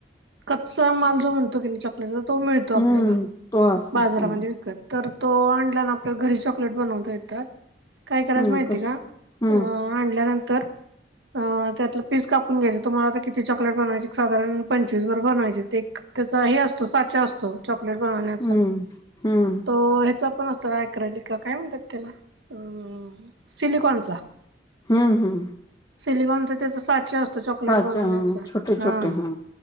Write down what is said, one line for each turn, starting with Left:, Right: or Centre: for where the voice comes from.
Right: कच्चा माल जो तो की न चॉकलेटचा, तो मिळतो
Left: हम्म
Right: आपल्याला,
Left: तो अस हम्म
Right: बाजारामध्ये विकत. तर तो आनला न आपल्याला घरी चाकलेट बनवता येतात, काय करायचं
Left: हम्म
Right: माहिती
Left: कस
Right: का?
Left: हम्म
Right: अं आल्यानंतर अं, त्यातलं पीस कापून घ्यायचा, तुम्हाला आता चॉकलेट बनवायचे, क् सादारण पंचवीस बर बनवायचे, ते एक त्याचा हे असतो, साच्या असतो, चाकलेट बनवण्याचा,
Left: हम्म हम्म
Right: तो ह्याचा पण अस तो याक्रलिक काय म्हणत्यात त्याला, अ सिलिकॉनचा.
Left: हम्म हम्.
Right: सिलिकॉनचा त्याचा साच्या अस तो चाकलेट
Left: साचा
Right: बनवण्याचा,
Left: हा छोटे छोटे
Right: आं,
Left: हा